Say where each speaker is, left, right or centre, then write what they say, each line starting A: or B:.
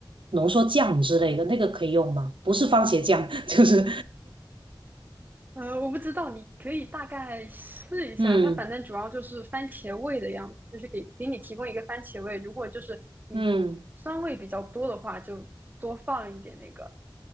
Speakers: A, on the right (about 85°); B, on the right (about 20°).
A: 浓缩酱之类的，那个可以用吗？不是番茄酱，就是
B: 呃，我不知道，你可以大概试一下。
A: <laughs> 嗯。
B: 它反正主要就是番茄味的样子，就是给给你提供一个番茄味。如果就是你酸味比较多的话，
A: 嗯
B: 就多放一点那个。